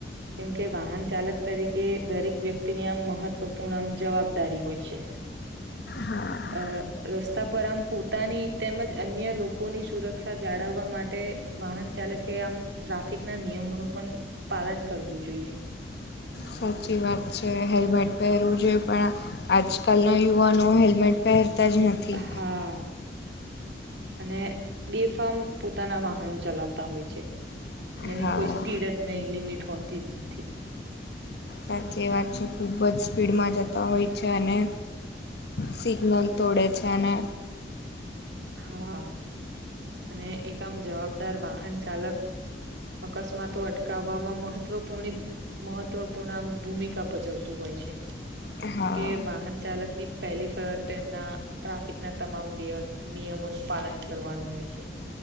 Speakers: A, on the right (about 80°); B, on the left (about 65°).
A: કેમકે વાહન ચાલક તરીકે દરેક વ્યક્તિની આમ મહત્વપૂર્ણ આમ જવાબદારી હોય છે.
B: હા
A: અ રસ્તા પર આમ પોતાની તેમજ અન્ય લોકોની સુરક્ષા જાળવવા માટે વાહન ચાલકે આમ ટ્રાફિક ના નિયમોનું પણ પાલન કરવું જોઈએ.
B: સાચી વાત છે હેલ્મેટ પહેરવું જોઈએ. પણ આજકાલના યુવાનો હેલ્મેટ પહેર તાજ નથી.
A: હા અને બેફામ પોતાના વાહનો ચલાવતા હોય છે. જેની
B: હા
A: કોઈ સ્પીડ જ નહી લિમિટ હોતી જ નથી.
B: સાચી વાત છે ખૂબ જ સ્પીડમાં જતા હોય છે. અને સિગ્નલ તોડે છે ને
A: હા અને એક આમ જવાબદાર વાહન ચાલક અકસ્માતો અટકાવવામાં મહત્વપૂ મહત્વપૂર્ણ આમ ભૂમિકા ભજવતું હોય. <unintelligible>
B: હા
A: કેમ કે વાહન ચાલકની પહેલી ફરજ તેમના ટ્રાફિક ના તમામ નિયમ. નિયમોનું પાલન કરવાનું હોય છે.